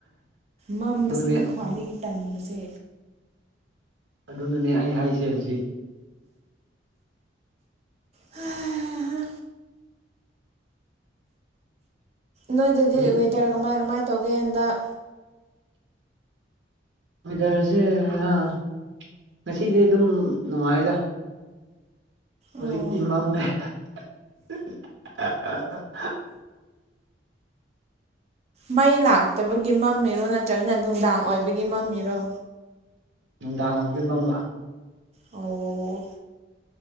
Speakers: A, on the right (about 35°); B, on the right (about 80°).
A: ꯃꯝꯕꯁꯤꯅꯤ
B: ꯑꯗꯨꯅꯦ
A: ꯈ꯭ꯋꯥꯏꯗꯒꯤ ꯇꯟꯕꯁꯦ
B: ꯑꯗꯨꯅꯅꯦ ꯑꯩ ꯍꯥꯏꯁꯦ ꯍꯧꯖꯤꯛ
A: ꯍꯥ ꯍ ꯅꯣꯏꯗꯗꯤ
B: ꯍꯧꯖꯤꯛ
A: ꯋꯦꯗꯔ ꯀꯃꯥꯏ ꯀꯃꯥꯏ ꯇꯧꯒꯦ ꯍꯟꯗꯛ
B: ꯋꯦꯗꯔꯁꯦ <unintelligible> ꯉꯁꯤꯗꯤ ꯑꯗꯨꯝ ꯅꯨꯡꯉꯥꯏꯗ ꯍꯧꯖꯤꯛꯇꯤ
A: ꯑꯣ
B: ꯃꯝꯃꯦ <unintelligible>
A: ꯃꯩ ꯂꯥꯛꯇꯕꯒꯤ ꯃꯝꯃꯤꯔꯣ ꯅꯠꯇ꯭ꯔꯒꯅ ꯅꯨꯡꯗꯥꯡ ꯑꯣꯏꯕꯒꯤ ꯃꯝꯃꯤꯔꯣ
B: ꯅꯨꯡꯗꯥꯡ ꯑꯣꯏꯕꯒꯤ ꯃꯝꯕ
A: ꯑꯣ